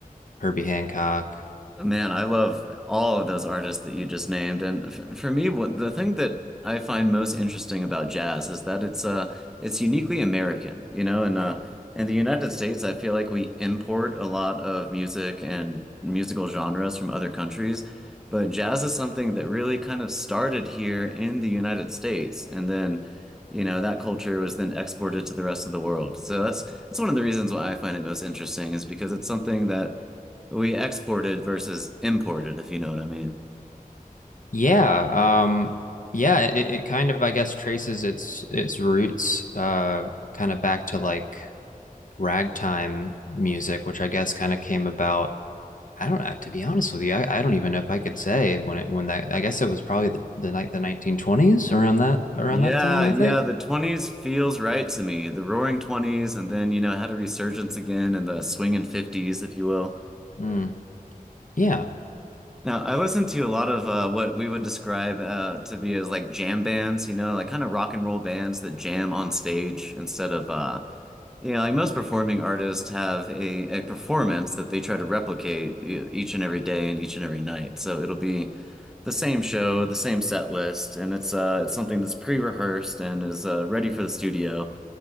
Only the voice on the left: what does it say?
Herbie Hancock.
Yeah, um yeah, it, it kind of I guess traces its its roots uh kind of back to like ragtime music, which I guess kind of came about I don't know, to be honest with you, I, I don't even know if I could say when it when that I guess it was probably the the night the 1920s around that around
that time, I
think.
Mm, yeah.